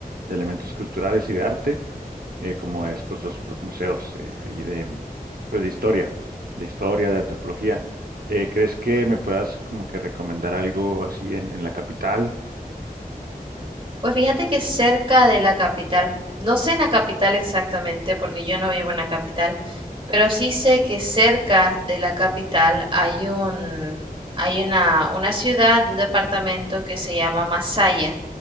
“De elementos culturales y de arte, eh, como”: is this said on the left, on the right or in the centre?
Right